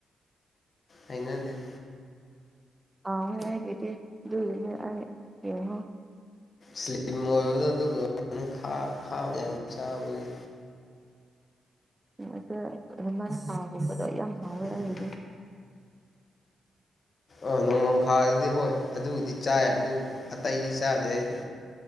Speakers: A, on the left (about 50°); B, on the right (about 25°).
A: ꯍꯩꯅꯗꯦ
B: ꯍꯥꯎꯋ‌ꯦ ꯑꯩꯒꯤꯗꯤ ꯑꯗꯨꯒꯤꯅ‌ꯦ ꯑꯩ ꯌꯦꯡꯉꯣ
A: ꯁ꯭ꯂꯤꯝ ꯑꯣꯏꯕꯗ ꯑꯗꯨ <unintelligible> ꯈꯥ ꯑꯈꯥꯕ ꯌꯥꯝ ꯆꯥꯕꯒꯤ
B: ꯑꯁꯦ ꯑꯗꯨꯃꯥꯏꯅ ꯁꯥꯥꯒꯨꯝꯕꯗꯣ ꯌꯥꯝ ꯍꯥꯎꯋꯦ
A: ꯎꯝ
B: ꯑꯩꯒꯤꯗꯤ
A: ꯑ ꯅꯣꯡꯃꯪꯈꯥꯗꯨꯗꯤ ꯍꯣꯏ ꯑꯗꯨꯕꯨꯗꯤ ꯆꯥꯏ ꯑꯗꯨ ꯑꯇꯩꯗꯤ ꯆꯥꯗꯦ ꯑꯩꯗꯤ